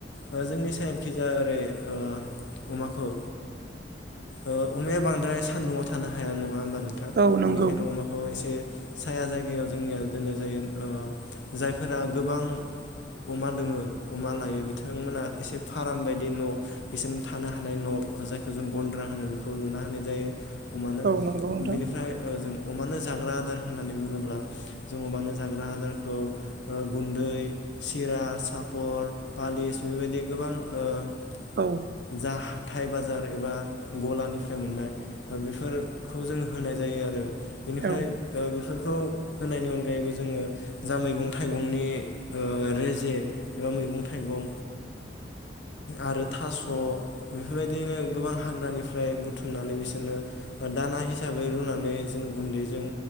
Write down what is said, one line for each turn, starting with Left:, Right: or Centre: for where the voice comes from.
Left: ओ जोंनि ओरैखैजा ओरै ओ अमाखौ ओ अमाया बांद्राय सान्दुङाव थानो हाया नङा होमबा नोंथां
Right: औ नंगौ
Left: बेनिखायनो अमाखौ एसे साया जायगायाव जोंनिया दोननाय जायो ओ जायफोरा गोबां अमा दङो अमा लायो बिथांमोना एसे फारम बायदि न' बिसोरनो थानो हानाय न' जायखौ जों गन्द्रा होनो बे खौ लुना होनाय जायो अमानो
Right: औ नंगौ नोंथां
Left: बेनिफ्राय ओ जों अमानो जाग्रा आदार होननानै बुङोब्ला जों अमानो जाग्रा आदारखौ ओ गुन्दै सिरा सापर पालिस बेफोर बायदि गोबां ओ
Right: औ
Left: जाह थाइ बाजार एबा गलानि निफ्राय मोननाय ओ बेफोरखौ जों होनाय जायो आरो बेनिफ्राय
Right: औ
Left: ओ बेफोर खौ होनायनि अनगायैबो जोङो जा मैगं थाइगंनि ओ रेजेक एबा मैगं थाइगं आरो थास' बेफोरबायदिनो गोबां हाग्रानिफ्राय बुथ बुथुमनानै बिसोरनो दाना हिसाबै रुनानै जों गुन्दैजों